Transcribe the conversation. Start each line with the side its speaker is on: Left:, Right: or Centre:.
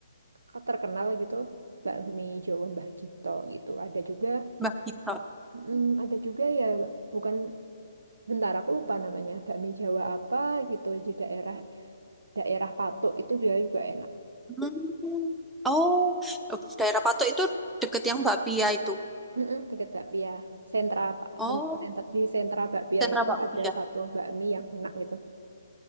Right: kakak terkenal gitu bakmi Jawa Mbah Gito gitu ada juga
Centre: Mbak Gito
Right: mm, ada juga ya bukan bentar aku lupa namanya bakmi Jawa apa gitu di daerah daerah Patok itu juga juga enak
Centre: Hmm. Oh, daerah Patok itu deket yang Bakpia itu.
Right: Mm-mm, Deket bakpia sentra Pak-
Centre: Oh,
Right: sen- sentra di sentra bakpia
Centre: sentra
Right: itu
Centre: Bakpia.
Right: ada satu bakmi yang enak gitu